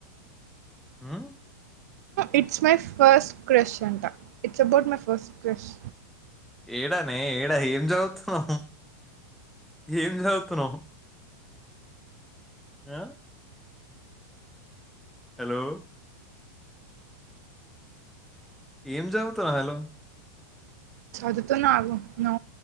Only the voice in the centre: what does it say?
మ్
ఏడానే ఏడా ఏం చదువుతున్నవ్ ఏం చదువుతున్నవ్ ఆ హలో ఏం చదుతున్నావ్ హలో